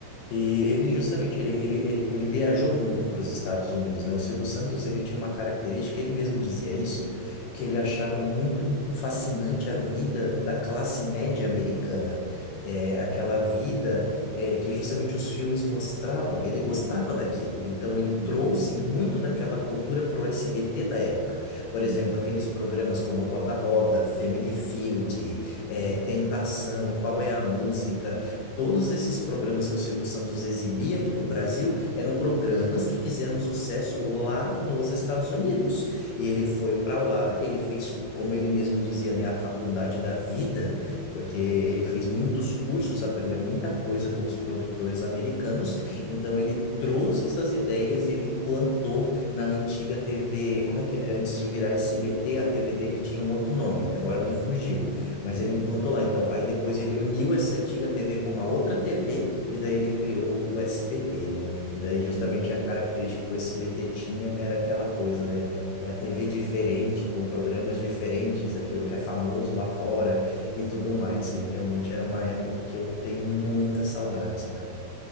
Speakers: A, on the left (about 75°); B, on the right (about 60°).
A: E ele justamente, ele, ele, ele, ele viajou muito para os Estados Unidos, né? O Silvio Santos, ele tinha uma característica, ele mesmo dizia isso, que ele achava muito fascinante a vida da classe média americana. É, aquela vida é, que justamente os filmes mostravam, ele gostava daquilo, então ele
B: Uhum.
A: trouxe muito daquela cultura para o SBT da época. Por
B: Uhum.
A: exemplo, aqueles programas como Roda Roda, Family Field, é,
B: Uhum.
A: Tentação, Qual é a Música, Todos esses programas que o Silvio Santos exibia aqui no Brasil eram programas que fizeram sucesso lá nos Estados Unidos. E
B: Uhum.
A: ele foi para lá, ele fez, como ele mesmo dizia, né, a faculdade da vida, porque ele fez muitos cursos, aprendeu muita coisa com os produtores americanos. Então ele trouxe essas ideias e ele implantou na antiga TV, como é que é? Antes de virar SBT, a TV dele tinha um outro nome, agora me fugiu.
B: Uhum.
A: Mas ele implantou lá, então. Aí depois ele uniu essa antiga TV com uma outra TV e daí ele criou o SBT, né? E daí justamente
B: Sim.
A: a característica que o SBT tinha era aquela coisa, né? É a TV diferente, com programas diferentes, aquilo que é famoso lá fora e tudo mais. E realmente era uma época que eu tenho muita saudade, sabe?